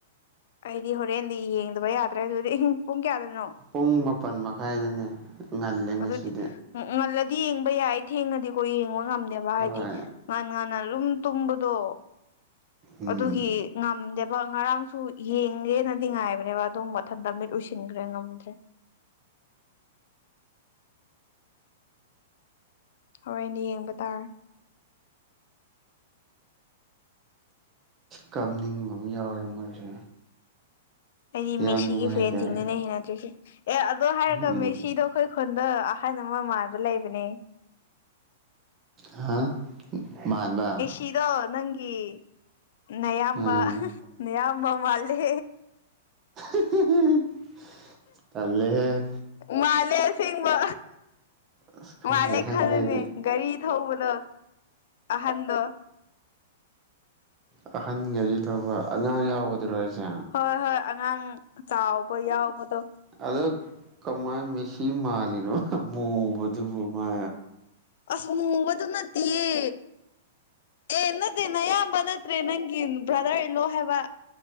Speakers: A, on the left; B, on the right.
A: ꯑꯩꯗꯤ ꯍꯣꯔꯦꯟꯗꯤ ꯌꯦꯡꯗꯕ ꯌꯥꯗ꯭ꯔꯦ ꯑꯗꯨꯗꯤ ꯑꯍꯤꯡ ꯄꯨꯡ ꯀꯌꯥꯗꯅꯣ
B: ꯄꯨꯡ ꯃꯥꯄꯟ ꯃꯈꯥꯏꯗꯅꯦ ꯉꯜꯂꯦ ꯉꯁꯤꯗꯤ
A: ꯑꯗꯨꯗꯤ ꯉꯜꯂꯗꯤ ꯌꯦꯡꯕ ꯌꯥꯏ ꯊꯦꯡꯉꯗꯤꯀꯣ ꯌꯦꯡꯕ ꯉꯝꯗꯦꯕ
B: ꯍꯣꯏ
A: ꯍꯥꯏꯗꯤ ꯉꯥꯟ ꯉꯥꯟꯅ ꯑꯗꯨꯝ ꯇꯨꯝꯕꯗꯣ
B: ꯎꯝ
A: ꯑꯗꯨꯒꯤ ꯉꯝꯗꯦꯕ ꯉꯔꯥꯡꯁꯨ ꯌꯦꯡꯒꯦꯅꯗꯤ ꯉꯥꯏꯕꯅꯦꯕ ꯑꯗꯨꯝ ꯃꯊꯟꯇ ꯃꯤꯠ ꯎꯏꯁꯤꯟꯒ꯭ꯔꯦ ꯉꯝꯗ꯭ꯔꯦ ꯍ‌ꯣꯔ‌ꯦꯅ ꯗꯤ ꯌꯦꯡꯕ ꯇꯥꯔꯦ
B: ꯀꯥꯞꯅꯤꯡꯕ ꯑꯃ ꯌꯥꯎꯔꯦ ꯃꯣꯏꯁꯦ
A: ꯑꯩꯗꯤ
B: ꯌꯥꯝ
A: ꯃꯦꯁꯤꯒꯤ
B: ꯅꯨꯡꯉꯥꯏꯇꯔꯦ
A: ꯐꯦꯟꯁꯤꯡꯗꯨꯅ‌ꯦ ꯍꯩꯅꯗ꯭ꯔꯤꯁꯦ ꯑꯦ ꯑꯗꯣ ꯍꯥꯏꯔꯛꯀ
B: ꯎꯝ
A: ꯃꯦꯁꯤꯗꯣ ꯑꯩꯈꯣꯏ ꯈꯨꯣꯟꯗ ꯑꯍꯥꯏ ꯅ ꯑꯃ ꯃꯥꯟꯕ ꯂꯩꯕꯅꯦ
B: ꯍꯥ ꯃꯥꯟꯕ
A: ꯐꯤꯗꯣ ꯅꯪꯒꯤ ꯅꯌꯥꯝꯕ
B: ꯎꯝ
A: ꯑꯌꯥꯝꯕ ꯃꯥꯜꯂꯦ
B: <unintelligible> ꯇꯜꯂꯦꯍꯦ
A: ꯃꯥꯜꯂꯦ ꯑꯁꯦꯡꯕ
B: ꯑꯁ ꯈꯪꯗꯦ
A: ꯃꯥꯂꯦ
B: ꯈꯪꯗꯦꯗꯤ
A: ꯈꯜꯂꯤꯅꯦ ꯒꯥꯔꯤ ꯊꯧꯕꯗ ꯑꯍꯟꯗꯣ
B: ꯅꯍꯥꯟꯒꯔꯤ ꯐꯕ ꯑꯉꯥꯡ ꯌꯥꯎꯒꯗ꯭ꯔꯣ ꯍꯥꯏꯁꯦ
A: ꯍꯣꯏ ꯍꯣꯏ ꯑꯉꯥꯡ ꯆꯥꯎꯕ ꯌꯥꯎꯕꯗꯣ
B: ꯑꯗꯣ ꯀꯃꯥꯏ ꯃꯦꯁꯤ ꯃꯥꯜꯂꯤꯅꯣ ꯃꯨꯕꯗꯨꯕꯨ ꯃꯥ
A: ꯑꯁ ꯃꯨꯕꯗꯨ ꯅꯠꯇꯑꯦ ꯑꯦ ꯑꯗꯦ ꯅꯌꯥ ꯂꯇꯦ ꯅꯪꯒꯤ ꯭ꯔꯗꯔ ꯏꯜꯂꯣ ꯍꯥꯏꯕ